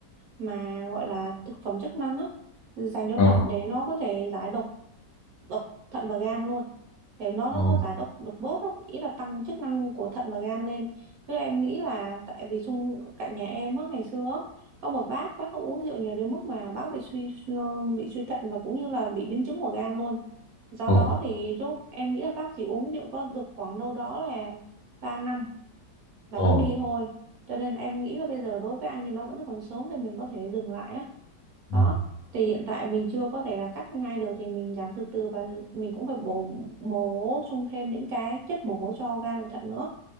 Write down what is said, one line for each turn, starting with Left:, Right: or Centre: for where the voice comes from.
Right: mà gọi là thực phẩm chức năng á dành cho
Left: Ờ,
Right: thận để nó có thể giải độc độc thận và gan luôn để nó nó
Left: ờ,
Right: nó giải độc được bớt đó. ý là tăng chức năng của thận và gan lên chứ em nghĩ là tại vì xung cạnh nhà em á ngày xưa á, có một bác bác có uống rượu nhiều đến mức mà bác bị suy bị suy thận và cũng như là bị biến chứng của gan luôn do
Left: ờ,
Right: đó thì lúc em nghĩ là bác chỉ uống rượu có được khoảng đâu đó là 3 năm là
Left: ờ.
Right: bác đi thôi cho nên em nghĩ là bây giờ đối với anh thì nó vẫn còn sớm để mình có thể dừng lại á
Left: Ừ.
Right: đó thì hiện tại mình chưa có thể là cắt ngay được thì mình làm từ từ và mình cũng phải bổ bổ sung thêm những cái chất bổ cho gan và thận nữa